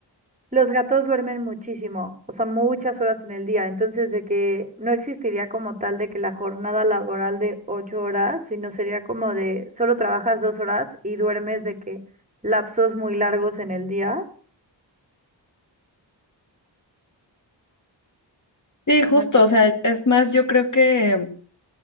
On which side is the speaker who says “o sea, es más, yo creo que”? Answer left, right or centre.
Left